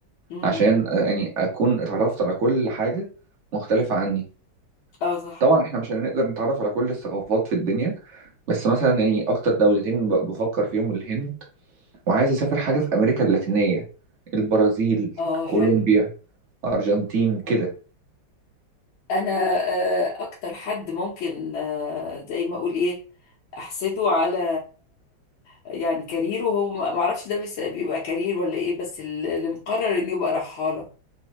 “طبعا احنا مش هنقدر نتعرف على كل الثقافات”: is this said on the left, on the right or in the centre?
Right